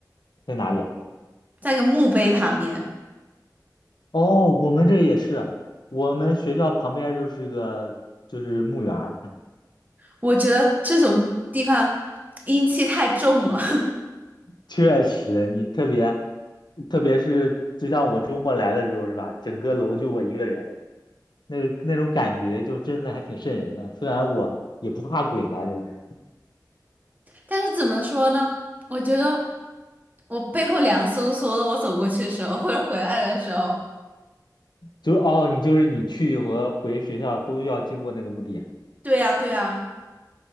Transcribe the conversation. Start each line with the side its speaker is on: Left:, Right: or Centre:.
Left: 在哪里啊？
Right: 在一个墓碑旁边。
Left: 哦，我们这也是，我们学校旁边儿就是个就是墓园儿，
Right: 我觉得这种地方阴气太重了。
Left: <laughs> 确实，你特别特别是就像我周末来的时候是吧？整个楼就我一个人，那个那种感觉就真的还挺瘆人的。虽然我也不怕鬼吧，就是。
Right: 但是怎么说呢？我觉得我背后凉飕飕的，我走过去的时候，或者回来的时候，
Left: 就是哦，你就是你去和回学校都要经过那个墓地啊
Right: 对呀，对呀，